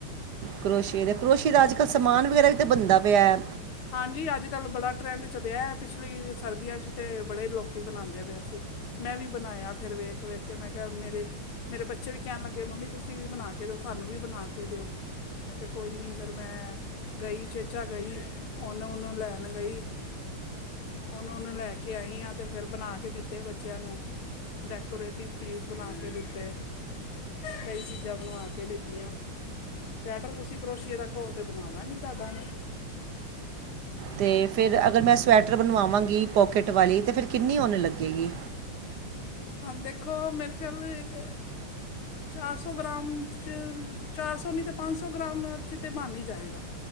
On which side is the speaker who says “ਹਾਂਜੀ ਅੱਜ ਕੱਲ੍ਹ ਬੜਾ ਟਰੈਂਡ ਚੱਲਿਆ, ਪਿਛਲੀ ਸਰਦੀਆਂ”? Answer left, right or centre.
Left